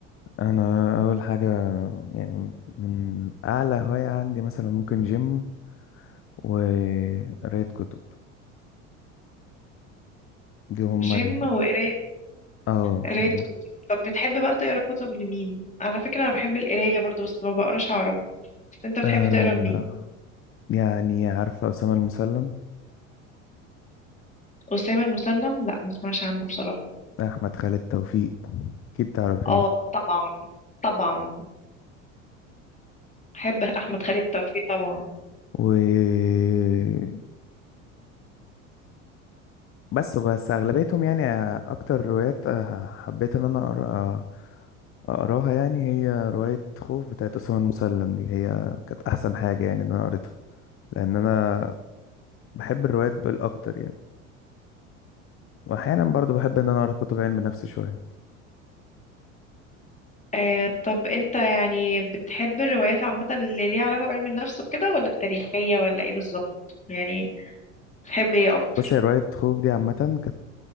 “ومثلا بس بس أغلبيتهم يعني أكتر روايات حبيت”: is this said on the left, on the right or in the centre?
Left